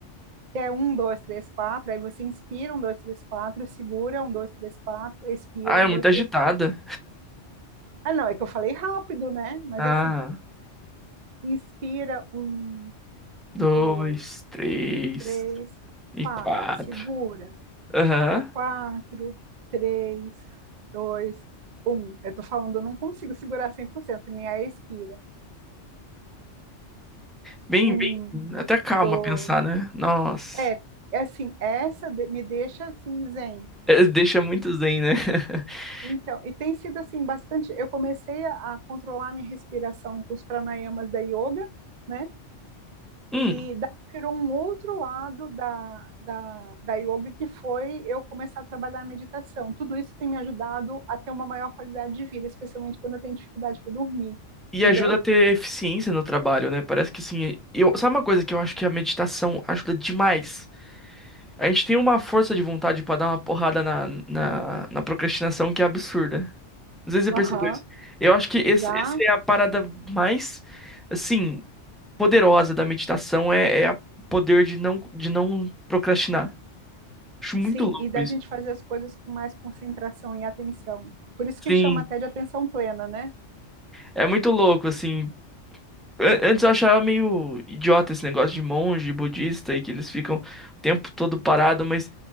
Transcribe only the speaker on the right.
é um, dois, três, quatro, aí você inspira, um, dois, três, quatro, segura, um, dois, três, quatro, expira,
um,
dois,
três, quatro. Ah, não, é que eu falei rápido, né? Mas
é assim, inspira, um,
dois,
três,
quatro,
segura,
quatro, três, dois, um. Eu tô falando, eu não consigo segurar 100% nem a expira.
Um,
dois,
é, é assim, essa de- me deixa assim, zen.
Então, e tem sido assim bastante. Eu comecei a, a controlar minha respiração com os pranayamas da yoga, né?
E daí virou um outro lado da, da, da yoga, que foi eu começar a trabalhar a meditação. Tudo isso tem me ajudado a ter uma maior qualidade de vida, especialmente quando eu tenho dificuldade para dormir,
entendeu?
Aham,
já,
sim,
e da
gente fazer as coisas com mais concentração e atenção. Por isso que
chama até de atenção plena, né?